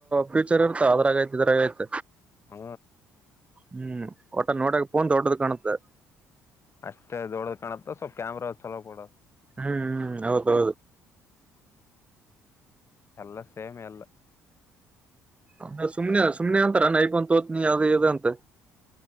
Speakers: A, on the right; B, on the left.
A: ಫೀಚರ್ ಇರ್ತ ಅದ್ರಾಗಐತ ಇದ್ರಾಗೈತ
B: ಹ
A: ಹ್ಮ್ ಒಟ ನೋಡಕ್ ಪೋನ್ ಹೊಡದ ಕಾಣುತ್ತೆ
B: ಅಷ್ಟೇ ದೊಡ್ಡ ಕಾಣತ್ತ ಸ್ವಲ್ಪ ಕ್ಯಾಮ್ರಾ ಚಲೋ ಕೊೂಡ
A: ಹ್ಮ್ ಹ್ಮ್ ಹೌದೌದು
B: ಎಲ್ಲ ಸೇಮ್ ಎಲ್ಲ
A: ಅ್ರ ಸುಮ್ನೆ ಸುಮ್ನೆ ಅಂತಾರ ನ ಇಕೊ ತೋತನಿ ಅದ ಇದೆ ಅಂತೆ